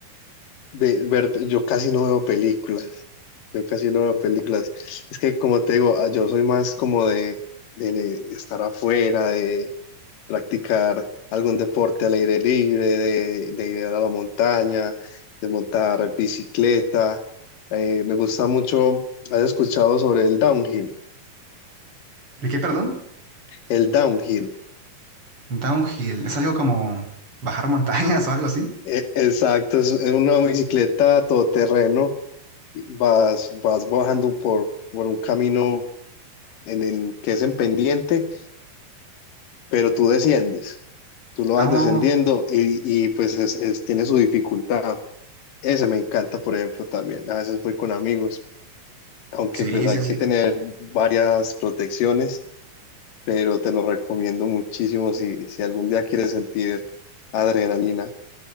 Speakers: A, on the left; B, on the right.
A: De ver, yo casi no veo películas, yo casi no veo películas. Es que como te digo, ah, yo soy más como de, de le- estar afuera, de practicar algún deporte al aire libre, de, de ir a la montaña, de montar bicicleta. Eh, me gusta mucho, ¿has escuchado sobre el downhill?
B: ¿El qué, perdón?
A: El downhill.
B: Downhill. ¿Es algo como bajar montañas o algo así?
A: E- Exacto, es es una bicicleta todoterreno, vas, vas bajando por, por un camino en, en- que es en pendiente, pero tú desciendes, tú lo
B: Ah,
A: vas descendiendo y, y pues es, es- tiene su dificultad. Ese me encanta, por ejemplo, también. A veces voy con amigos, aunque
B: sí,
A: pues hay
B: sí,
A: que
B: sí.
A: tener varias protecciones, pero te lo recomiendo muchísimo si, si algún día quieres sentir adrenalina.